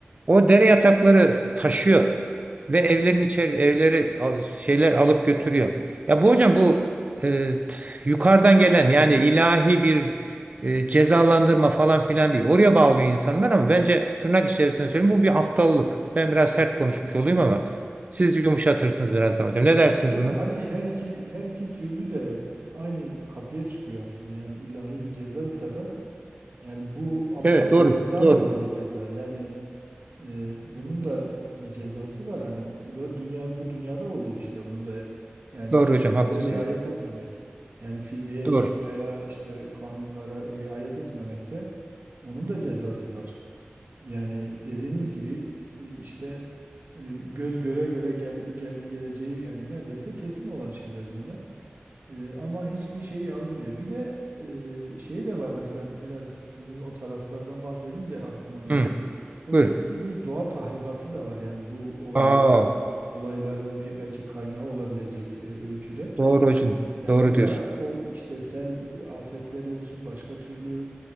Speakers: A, on the right; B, on the right.
A: O dere yatakları taşıyor ve evlerin içeri evleri al- şeyler alıp götürüyor. Ya bu hocam bu e, t- yukarıdan gelen yani ilahi bir e, cezalandırma falan filan değil. Oraya bağlıyor insanlar ama bence tırnak içerisinde söyleyeyim bu bir aptallık. Ben biraz sert konuşmuş olayım ama. Siz yumuşatırsınız birazdan hocam. Ne dersiniz
B: Yok
A: buna?
B: hani her iki her iki türlü de aynı kapıya çıkıyor aslında. Yani ilahi bir cezaysa da yani bu aptallığımızdan
A: Evet doğru. Doğru.
B: dolayı bir ceza. Yani Ee, bunun da bir cezası var yani bu da dünya bu dünyada oluyor işte onun da yani
A: Doğru
B: sebeplere
A: hocam haklısınız.
B: riayet etmemek yani fiziğe
A: Doğru.
B: kimyaya işte kanunlara riayet etmemek de onun da cezası var yani dediğiniz gibi e, işte e, göz göre göre gel, gel geleceği yani neredeyse kesin olan şeyler bunlar. Ee, ama hiçbir şey alınmıyor. Bir de e, şey de var mesela biraz sizin o taraflardan bahsedince aklıma geldi.
A: Hı,
B: Çok
A: buyur.
B: ciddi bir doğa tahribatı da var. Yani bu olaylara
A: Aa,
B: olayların bir belki kaynağı olabilecek e, ölçüde.
A: doğru hocam.
B: Yani
A: Doğru
B: bu
A: diyorsun.
B: da o işte sel afetleri olsun başka türlü